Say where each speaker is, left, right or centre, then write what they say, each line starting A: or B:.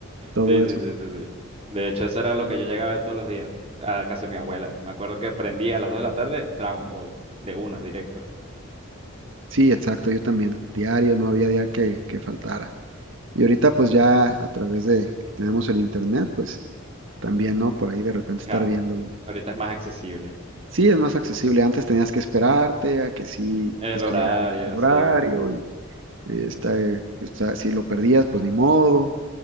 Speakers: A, on the right (about 65°); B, on the right (about 30°).
A: todo
B: Sí, sí,
A: eso.
B: sí, sí, sí. De hecho, eso era lo que yo llegaba a ver todos los días a casa de mi abuela. Me acuerdo que prendía a las 2 de la tarde Dragon Ball, de una, directo.
A: Sí, exacto, yo también, diario, no había día que, que faltara. Y ahorita pues ya a través de que tenemos el internet, pues también, ¿no? Por ahí de repente
B: Claro,
A: estar viéndolo.
B: ahorita es más accesible.
A: Sí, es más accesible. Antes tenías que esperarte a que sí
B: El
A: estuviera
B: horario,
A: el el horario
B: sí.
A: y, y está, eh, está- si lo perdías, pues ni modo.